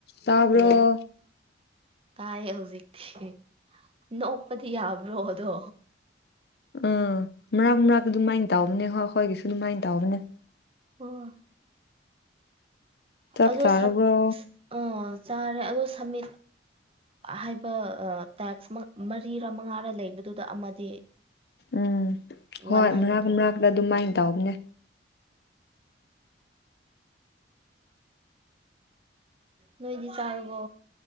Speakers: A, on the left; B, on the right.
A: ꯇꯥꯕ꯭ꯔꯣ
B: Hello ꯇꯥꯏ ꯍꯧꯖꯤꯛꯇꯤ ꯅꯣꯛꯄꯗꯤ ꯌꯥꯕ꯭ꯔꯣ ꯑꯗꯣ
A: ꯑꯥ ꯃꯔꯛ ꯃꯔꯥꯛ ꯑꯗꯨꯃꯥꯏꯅ ꯇꯧꯕꯅꯦ ꯍꯣꯏ ꯑꯩꯈꯣꯏꯒꯤꯁꯨ ꯑꯗꯨꯃꯥꯏꯅ ꯇꯧꯕꯅꯦ
B: ꯑꯣ
A: ꯆꯥꯛ
B: ꯑꯗꯣ
A: ꯆꯥꯔꯕ꯭ꯔꯣ
B: ꯁꯝ ꯑ ꯆꯥꯔꯦ ꯑꯗꯣ ꯁꯝꯃꯤꯠ ꯍꯥꯏꯕ ꯑ ꯇꯥꯛꯁ ꯃ ꯃꯔꯤꯔ ꯃꯉꯥꯔ ꯂꯩꯕꯗꯨꯗ ꯑꯃꯗꯤ
A: ꯎꯝ ꯍꯣꯏ
B: ꯋꯥꯟ ꯍꯥꯏꯅ
A: ꯃꯔꯛ
B: ꯊꯣꯛꯑꯦ
A: ꯃꯔꯛꯇ ꯑꯗꯨꯃꯥꯏꯅ ꯇꯧꯕꯅꯦ
B: ꯅꯣꯏꯗꯤ ꯆꯥꯔꯕꯣ